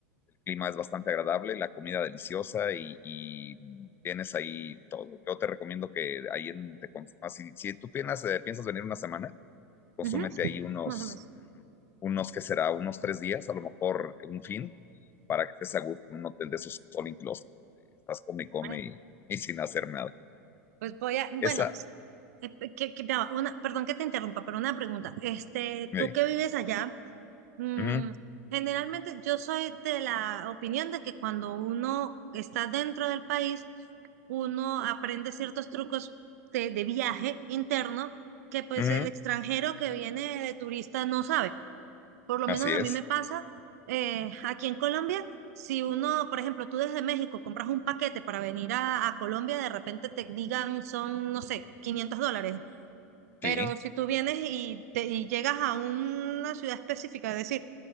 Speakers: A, on the left (about 25°); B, on the right (about 70°).
A: El clima es bastante agradable, la comida deliciosa y, y tienes ahí todo. Yo te recomiendo que ahí en, te consumas. Si, si tú piensas, eh, piensas venir una semana, consúmete
B: Ujú,
A: ahí unos,
B: más o menos.
A: unos, ¿qué será? Unos tres días, a lo mejor un fin, para que estés a gusto en un hotel de esos all inclusive estás come y come
B: Bueno,
A: y, y sin hacer nada.
B: pues voy a, bueno,
A: Esa,
B: eh, que, que- ya va, una, perdón que te interrumpa, pero una pregunta. Este,
A: sí.
B: tú que vives allá, Mm,
A: Ujú,
B: generalmente yo soy de la opinión de que cuando uno está dentro del país, uno aprende ciertos trucos de, de viaje interno que pues
A: ujú,
B: el extranjero que viene de turista no sabe. Por lo
A: así
B: menos a
A: es,
B: mí me pasa eh, aquí en Colombia, si uno, por ejemplo, tú desde México compras un paquete para venir a, a Colombia, de repente te digan son, no sé, 500 dólares. Pero
A: sí,
B: si tú vienes y, te, y llegas a una ciudad específica, es decir,